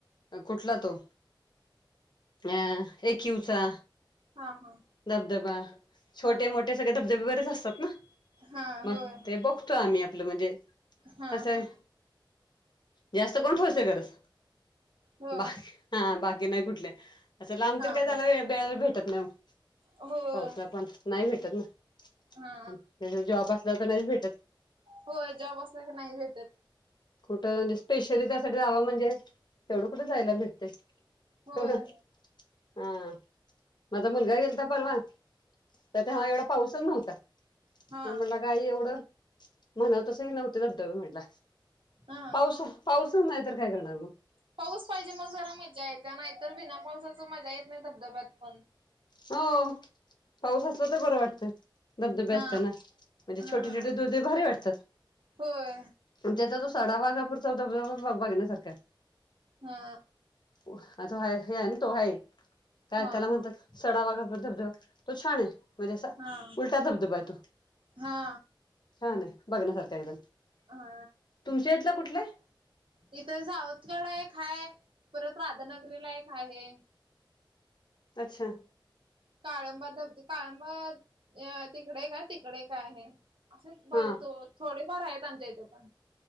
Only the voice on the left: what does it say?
कुठला तो? अ एक यूवचा.
धबधबा छोटे
मोठे सगळे धबधबे बरेच असतात ना
मगते
बघ - त आम्ही आपलं म्हणजे
असं
आहे. जास्त करून ठोसेघरच
बाई. हा बाकी नाही कुठले असं लांब
तर काय झाला
वे वेळा भेटत नाही मग.
पाऊसला पण नाही भेटत ना
आणि त्यात जॉब असला तर नाहीच भेटत.
कुठं स्पेशली त्यासाठी जावं म्हणजे तेवढं कुठं जायला भेटतय. तेवढं
हा माझा मुलगा गेलता परवा. तर तेव्हा
एवढा पाऊसच नव्हता म्हणून
म्हणला गाई एवढं. म्हणावं तसंही नव्हते धबधबे म्हटला
पाऊस पाऊसच नाही तर काय करणार मग.
हो पाऊस असला तर बरं वाटतंय. धबधबे
असते ना म्हणजे
छोटे छोटे दूधे भारी वाटतात.
म्हणजे आता तो साडा वाघापूरचा धबधबा बग बघण्यासारखा हाय.
आता हा तो हा हे आहे ना तो हाय काय
त्याला
म्हणतात सडावागा धबधबा. तो छान आहे म्हणजे असा
उलटा धबधबा आहे तो.
छान हाय बघण्यासारखा एकदम.
तुमच्या इथलं कुठले?
अच्छा.
हा